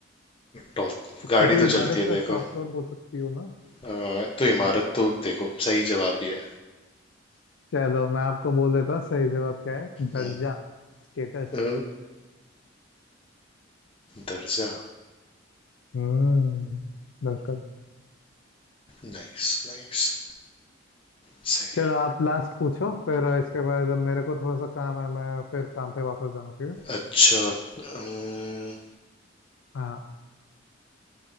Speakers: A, on the left; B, on the left.
A: टॉप गाड़ी
B: किसी
A: तो
B: इमारत
A: चलती है
B: का
A: देखो
B: टॉप फ्लोर बोल सकती हूँ ना
A: अ, तो इमारत तो देखो सही जवाब ही है
B: चलो मैं आपको बोल देता हूँ सही जवाब क्या है दर्जा
A: हम्म।
B: स्टेटस
A: ओ, दर्जा
B: हम्म बिल्कुल
A: Nice nice सही
B: चलो आप लास्ट पूछो फिर इसके बाद मेरे को थोड़ा सा काम है मैं फिर काम पे वापस जाऊँ ठीक है
A: है अच्छा अम्म,
B: हाँ